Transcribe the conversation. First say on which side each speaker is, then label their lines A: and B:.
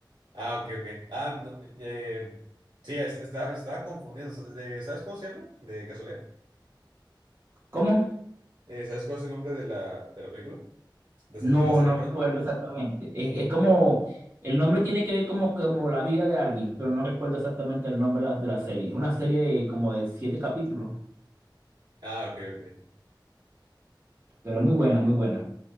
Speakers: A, on the right; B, on the right.
A: Ah, ok, ok. Ah, no, eh, sí, es- está, estaba confundiendo. De- ¿Sabes cómo se llama? De casualidad.
B: ¿Cómo?
A: Eh, ¿sabes cuál es el nombre de la, de la película? ¿De, esa-
B: No,
A: de la serie,
B: no
A: perdón?
B: recuerdo exactamente. Es, es como, el nombre tiene que ver como, como la vida de alguien, pero no recuerdo exactamente el nombre de la, de la serie. Es una serie de como de siete capítulos,
A: Ah, ok, ok.
B: pero es muy buena,
A: Ok.
B: muy buena.